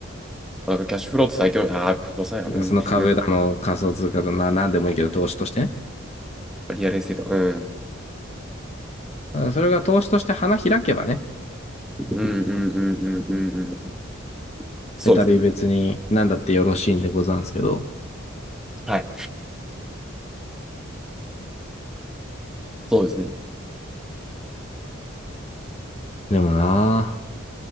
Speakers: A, in the centre; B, on the left.
A: なんかキャッシュフローって最強、ああ、不動産や、うん、
B: その株だの、
A: うん、
B: 仮想通貨だの、なんでもいいけど、投資としてね。
A: リアルエステート、うん、
B: だからそれが投資として花開けばね、
A: うん、うん、うん、うん、うん、うんそうですね。
B: 再び別に何だってよろしいんでござんすけど。
A: はい、そうですね。
B: でもなぁ